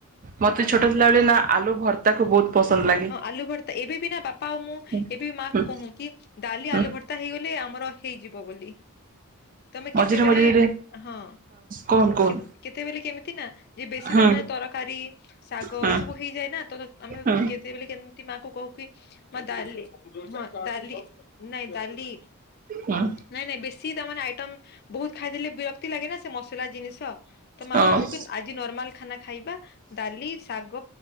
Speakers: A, on the right (about 40°); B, on the left (about 45°).
A: ମତେ ଛୋଟ ଥିଲା ବେଳେ ନା ଆଲୁ ଭର୍ତାକୁ ବହୁତ ପସନ୍ଦ ଲାଗେ
B: ହଁ ଆଲୁ ଭର୍ତା ଏବେ ବି ନା ବାପା ଆଉ ମୁଁ
A: ହୁଁ
B: ଏବେ ବି ମା
A: ହୁଁ
B: କୁ କହୁ କି ଡାଲି
A: ହୁଁ।
B: ଆଲୁ ଭର୍ତା ହେଇଗଲେ ଆମ ମର ହେଇଯିବ ବୋଲି ତମେ
A: ମଝିରେ
B: କେତେବେଲେ
A: ମଝିରେ
B: ହଁ
A: କୁହନ୍ତୁ କୁହନ୍ତୁ
B: କେ କେତେବେଲେ କେମିତି ନା ଯେ ବେଶୀ
A: ହୁଁ
B: ତା ମାନେ ତରକାରୀ ଶାଗ
A: ହୁଁ
B: ଏଇ ସବୁ ହେଇଯାଏ ନା ତ ତ ଆମେ
A: ହୁଁ
B: ତେବେଲେ କେମତି ମା କୁ କହୁ କି ମା ଡାଲି ସବୁ <inaudible> ଡାଲି ନାଇଁ ଡାଲି
A: ହୁଁ
B: ନାଇଁ ନାଇଁ ବେ ସିଏ ତା ମାନେ ଆଇଟମ ବହୁତ ଖାଇଦେଲେ ବିରକ୍ତି ଲାଗେ ନା ସେ ମସଲା ଜିନିଷ ତ ମା
A: ହଁ
B: କୁ କହୁ କି ଆଜି ନର୍ମାଲ ଖାନା ଖାଇବା ଡାଲି ଶାଗ